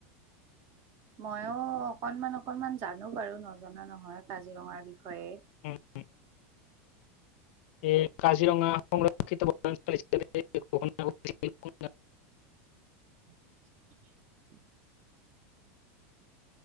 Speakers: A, on the right; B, on the left.
A: ময়ো অকনমান - অকনমান জানো বাৰু নজনা নহয় কাজিৰঙাৰ বিষয়ে।
B: উম', উম'। এই কাজিৰঙা সংৰক্ষিত বনাঞ্চল হিচাপে <unintelligible> <inaudible>
A: <inaudible>